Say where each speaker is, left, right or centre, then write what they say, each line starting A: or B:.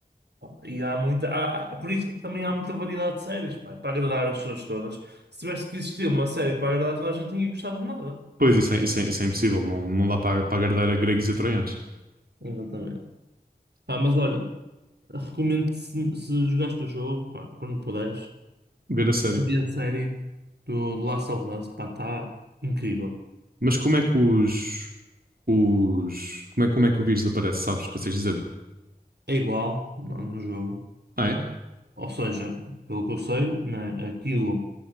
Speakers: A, on the right (about 85°); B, on the right (about 65°).
A: E há muita, há- há- por isso é que também há muita variedade de séries, pá, para agradar as pessoas todas. Se tivesse que existir uma série para agradar toda a gente, ninguém gostava de nada.
B: Pois, isso é, isso é, isso é impossível. Não, não dá para para agradar a gregos e a troianos.
A: Exatamente. Pá, mas olha, recomendo se, se jogaste o jogo, pá, quando puderes,
B: Ver a série.
A: ver a série do, do Last of Us, pá, está incrível.
B: Mas como é que os... os. Como é, como é que o vírus aparece, sabes? Consegues dizer-me?
A: É igual no, no jogo.
B: Ah, é?
A: Ou seja, pelo que eu sei, né, aquilo